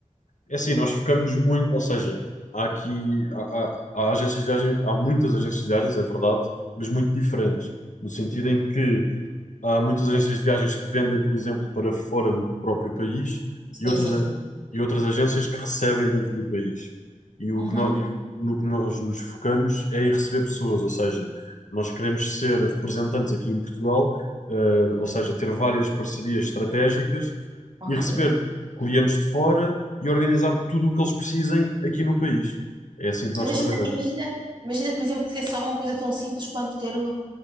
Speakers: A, on the left; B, on the right.
A: é assim, nós focamos muito, ou seja, há aqui, há, há, há agências de viagens, há muitas agências de viagens, é verdade, mas muito diferentes, no sentido em que Há muitas agências de viagens que vendem, por exemplo, para fora do próprio país
B: Sim,
A: e outras,
B: sim,
A: a-
B: sim.
A: e outras agências que recebem dentro do país. E, o
B: Uhum,
A: que nó- e o- no que nós nos focamos é em receber pessoas, ou seja, nós queremos ser representantes aqui em Portugal, eh, ou seja, ter várias parcerias estratégicas
B: ok.
A: e receber clientes de fora e organizar tudo o que eles precisem aqui no país. É assim que nós
B: Imagina,
A: trabalhamos.
B: imagina, imagina, por exemplo, que é só uma coisa tão simples quanto quero